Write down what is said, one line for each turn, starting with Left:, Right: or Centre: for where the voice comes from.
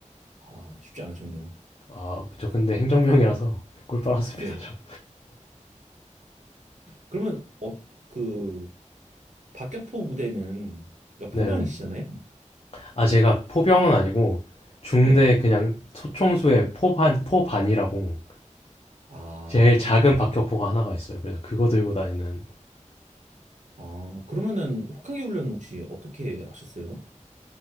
Right: 아, 쉽지 않으셨네요.
Left: 아, 그쵸. 근데 행정병이라서 <laughs> 꿀 빨았습니다,
Right: 네.
Left: 저.
Right: 그러면 어, 그 박격포 부대는 그러니까
Left: 네네.
Right: 포병이시잖아요.
Left: 아, 제가 포병은 아니고 중대
Right: 네.
Left: 그냥 소총수의 포반 포반이라고
Right: 아,
Left: 제일 작은 박격포가 하나가 있어요. 그래서 그거 들고 다니는
Right: 아, 그러면은 혹한기 훈련 혹시 어떻게 하셨어요?